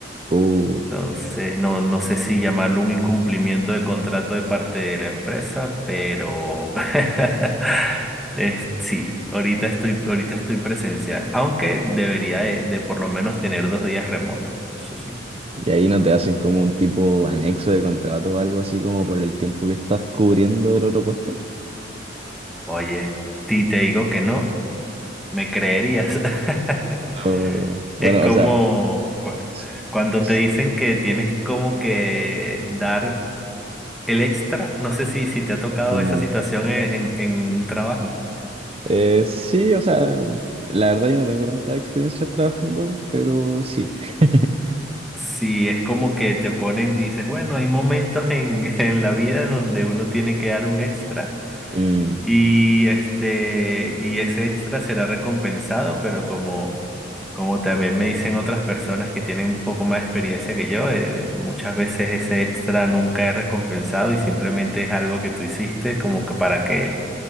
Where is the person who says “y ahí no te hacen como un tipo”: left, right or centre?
Right